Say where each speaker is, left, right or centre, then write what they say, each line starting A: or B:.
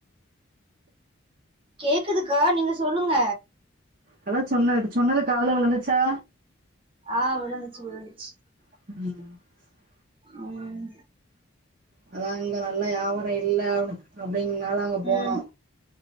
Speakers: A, on the right; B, on the right.
A: கேக்குதுக்கா நீங்க சொல்லுங்க
B: அத்தா சொன்ன சொன்னது காதுல விழுந்துச்சா
A: ஆ விழுந்துச்சு விழுந்துச்சு
B: அ
A: உம்
B: அத்தா இங்க நல்லா வியாபாரோ இல்ல அப்டிங்கனால அங்க போனோ
A: ம்